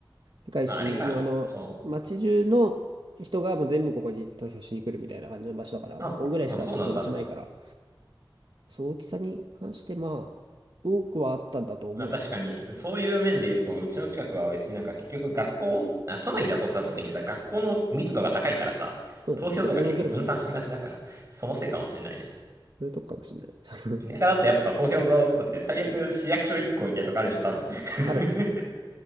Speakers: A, on the right (about 75°); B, on the right (about 35°).
A: でかいし、
B: まあ、あれか、
A: もうあの、
B: そう。
A: 街中の人がもう全部ここに投票しに来るみたいな感じの場所だから、
B: あ、
A: もうここぐらいしか投票場所ないから、
B: まあ、そうなんだ。
A: そう、大きさに関して、まあ、多くはあったんだと思うな。
B: まあ、確かに、そういう面で言うと、うちの近くは別になんか結局学校、あ、都内だとさ、特にさ、学校の密度が高いからさ、
A: そうだね。
B: 投票所が結構分散しがちだから、
A: どこでも受けるもんね。
B: そのせいかもしれないね。
A: そういうとこかもしんない。<laughs> その
B: 田舎だとやっぱ投票所だって最悪市役所1個みたいなとこあるでしょ、
A: うん
B: 多分。<laughs> だ
A: あるね。
B: か